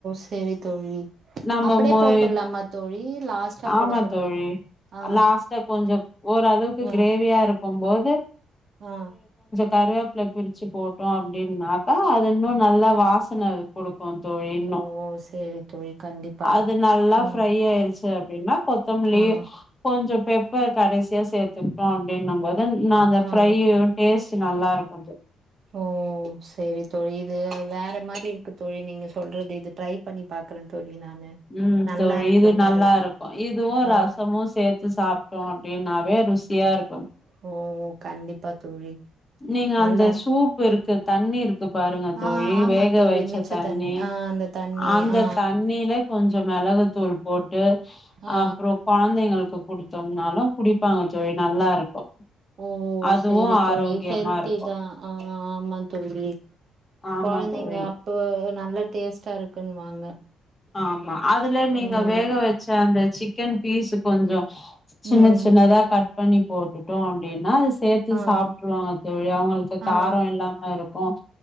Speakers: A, on the right; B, on the left.
A: சேரி தோழி
B: நம்ம
A: அப்படியே
B: மோய்
A: போட்டுடலாமா தோழி லாஸ்ட்டா
B: ஆமா
A: போட சொல்றீங்க
B: தோழி
A: ஆ
B: லாஸ்டா கொஞ்சோ ஓளவுக்கு
A: ஆ
B: கிரேவியா இருக் போம்போது
A: ஆ
B: கருவேப்பில பிரிச்சி போட்டோ அப்பிடின்னாக்கா அது இன்னு நல்லா வாசன குடுக்கு தோழி இன்னு
A: ஓ சேரி தோழி கண்டிப்பா
B: அது நல்லா
A: ம்
B: ஃப்ரை ஆயிருச்சி அப்பிடின்னா கொத்தமல்லி
A: ம்
B: கொஞ்சோ பெப்பர் கடைசியா சேத் ப்போ அப்பிடின்னு போது தன் நா அந்த
A: ம்
B: ஃப்ரை டேஸ்ட் நல்லா இருக்கு
A: ஓ சேரி தோழி இது வேற மாரி இருக்கு தோழி நீங்க சொல்றது இது ட்ரை பண்ணி பாக்குற தோழி நானு
B: ம்
A: நல்லா
B: தோழி
A: இருக்கிற
B: இது
A: மாரி
B: நல்லா இருக்கு இதுவு
A: ஆ
B: ரசமு சேத்து சாப்டோ ப்டினாவே ருசியா இரு
A: ஓ கண்டிப்பா தோழி
B: நீங்க
A: நல்லா
B: அந்த
A: இருக்கு
B: சூப் இருக்கு தண்ணிருக் து பாருங்க தோழி
A: ஆ ஆமா
B: வேக
A: தோழி
B: வைச்ச
A: மிச்ச
B: தண்ணி
A: ஆ அந்த தண்ணி
B: அந்த
A: ஆ
B: தண்ணில கொஞ்சோ மெளகு தூள் போட்டு
A: ஆ
B: அப்புறோ கொழந்தைங்களுக்கு குடி தோன்னாலு குடிப்பாங்க தோழி நல்லா இருக்கு
A: ஓ
B: அதுவு
A: சேரி
B: ஆரோக்கியமா
A: தோழி ஹல்த்திதா
B: இருக்கு
A: ஆ அமா தோழி
B: ஆமா
A: கொழந்தைங்க
B: தோழி
A: அப்பு வு நல்ல டேஸ்ட்டா இருக்குன்னுவாங்க
B: ஆமா அதுல நீங்க
A: ம்
B: வேக வச்ச அந்த சிக்கன் பீஸ்சு கொஞ்சோ சின்ன
A: ம்
B: சின்னதா கட் பண்ணி போட்டுட்டோ அப்பிடின்னா சேத்து
A: ஆ
B: சாப்ட்ருவாங்க தோழி அவுங்களுக்கு காரோ
A: ஆ
B: இல்லாம இரு தோம்